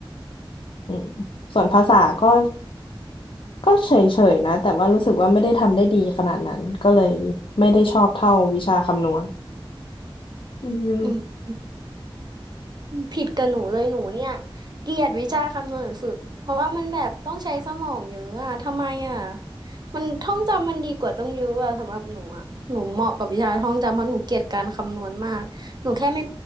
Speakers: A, on the left (about 75°); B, on the right (about 50°).
A: อืมส่วนภาษาก็ก็เฉยๆนะแต่ว่ารู้สึกว่าไม่ได้ทำได้ดีขนาดนั้นก็เลยไม่ได้ชอบเท่าวิชาคำนวณอืม
B: อืมผิดกับหนูเลยหนูเนี่ยเกลียดวิชาคำนวณสุดเพราะว่ามันแบบต้องใช้สมองเยอะอะทำไมอะมันท่องจำมันดีกว่าต้องเยอะอะสำหรับหนูอะหนูเหมาะกับวิชาท่องจำเพราะหนูเกลียดการคำนวณมากหนูแค่ไม่